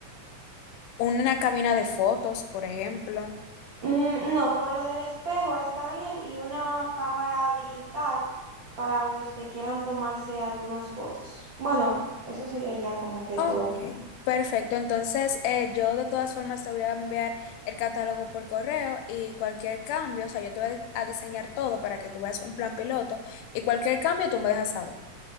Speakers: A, on the left; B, on the right.
A: una cabina de fotos, por ejemplo.
B: Mm, no, con lo del espejo está bien y una cámara digital para los que quieran tomarse algunas fotos. Bueno, eso sería ya como que
A: Ok,
B: todo.
A: perfecto. Entonces, eh, yo de todas formas te voy a enviar el catálogo por correo y cualquier cambio, o sea, yo te voy a diseñar todo para que tú veas un plan piloto y cualquier cambio tú me dejas saber.